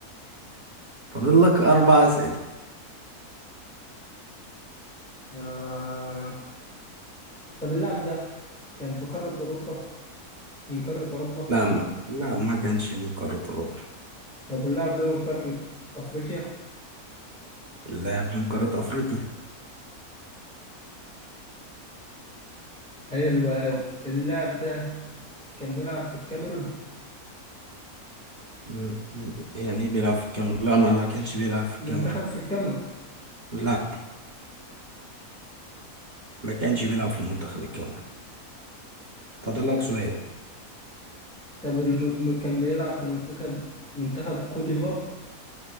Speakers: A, on the right (about 35°); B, in the centre.
A: فاضل لك أربع أسئلة
B: آه. طب اللاعب ده كان في قارة أوروبا من قارة أوروبا
A: لا ما لا ما كانش من قارة أوروبا
B: طب اللاعب ده من قارة أفريقيا
A: اللاعب من قارة أفريقيا
B: حلو أوي اللاعب ده كان بيلعب في الكاميرون
A: م- يعني إيه بيلعب في الكاميرون لا ما ما كانش بيلعب في
B: منتخب
A: الكاميرون
B: في الكاميرون
A: لا ما كانش بيلعب في منتخب الكاميرون فاضل لك سؤال
B: طب الم... م- كان بيلعب في منتخب منتخب كوت ديفوار